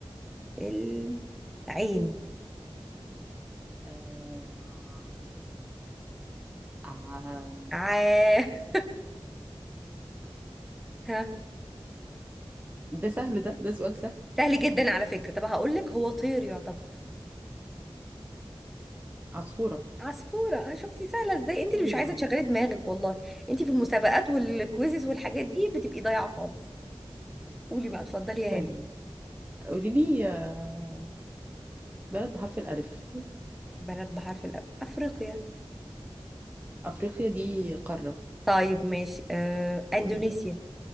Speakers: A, in the centre; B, on the right.
A: ال- عين
B: آه... آه...
A: ع <laughs> ها
B: ده سهل ده ده سؤال سهل
A: سهل جدا على فكرة طب هقول لك هو طير يعتبر
B: عصفورة
A: عصفورة آه، شفتي سهلة ازاي انت اللي مش عايزة
B: آه.
A: تشغلي دماغك والله انت في المسابقات والكويزز والحاجات دي بتبقي ضايعة خالص قولي بقى اتفضلي يا
B: طيب
A: هاني
B: قولي لي آه، بلد بحرف الألف
A: بلد بحرف الأ أفريقيا
B: أفريقيا دي قارة
A: طيب ماشي آه،
B: وإيه
A: إندونيسيا
B: ده